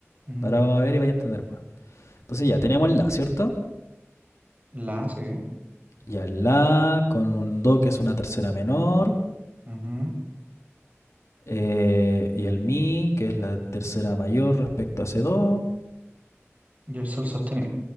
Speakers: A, on the right; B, on the left.
A: Ujú.
B: ahora vamos a ver y vaya a entender más. Entonces ya teníamos el La, ¿cierto?
A: La, sí.
B: Ya el La con un Do que es una tercera menor
A: ujú,
B: eh, y el Mi que es la tercera mayor respecto a ese Do
A: Y el sol sostenido.